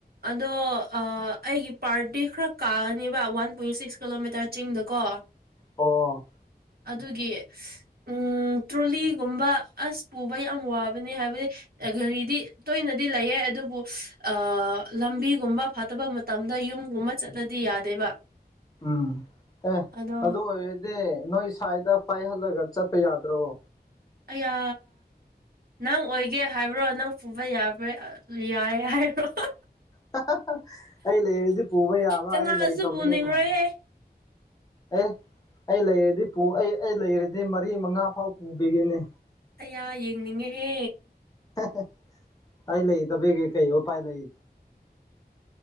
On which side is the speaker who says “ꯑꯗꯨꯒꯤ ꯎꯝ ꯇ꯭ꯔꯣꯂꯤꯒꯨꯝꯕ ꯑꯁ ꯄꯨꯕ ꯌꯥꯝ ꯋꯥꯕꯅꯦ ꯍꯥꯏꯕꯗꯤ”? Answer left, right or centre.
Right